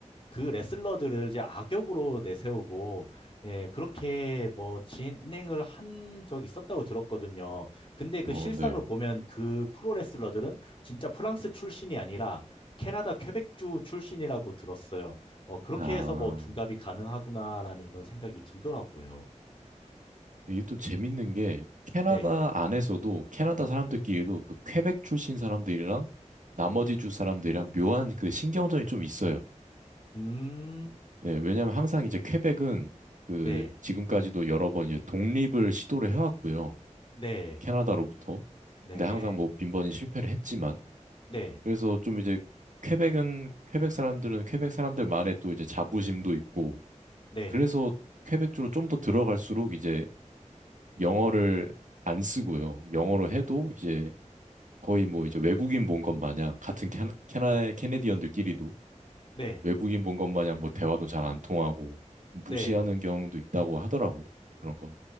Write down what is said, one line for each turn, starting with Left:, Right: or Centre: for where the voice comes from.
Left: 그 레슬러들을 이제 악역으로 내세우고 예, 그렇게 뭐 진행을 한 적이 있었다고 들었거든요. 근데 그
Right: 음. 어,
Left: 실상을
Right: 네.
Left: 보면 그 프로 레슬러들은 진짜 프랑스 출신이 아니라 캐나다 퀘벡주 출신이라고 들었어요. 어, 그렇게
Right: 아,
Left: 해서 뭐 둔갑이 가능하구나라는 이런 생각이 들더라고요.
Right: 이게 또 재밌는 게 캐나다
Left: 네.
Right: 안에서도 캐나다 사람들끼리도 그 퀘벡 출신 사람들이랑 나머지 주 사람들이랑 묘한 그 신경전이 좀 있어요.
Left: 음.
Right: 네, 왜냐면 항상 이제 퀘벡은 그
Left: 네.
Right: 지금까지도 여러 번 이제 독립을 시도를 해왔고요.
Left: 네.
Right: 캐나다로부터.
Left: 네.
Right: 근데 항상 뭐 빈번히 실패를 했지만
Left: 네.
Right: 그래서 좀 이제 퀘벡은 퀘벡 사람들은 퀘벡 사람들만의 또 이제 자부심도 있고
Left: 네.
Right: 그래서 퀘벡 주로 좀 더 들어갈수록 이제 영어를 안 쓰고요. 영어로 해도 이제 거의 뭐 이제 외국인 본 것 마냥 같은 캐나, 캐나- 캐네디언들끼리도
Left: 네.
Right: 외국인 본 것 마냥 뭐 대화도 잘 안 통하고
Left: 네.
Right: 무시하는 경우도 있다고 하더라고요. 그런 건.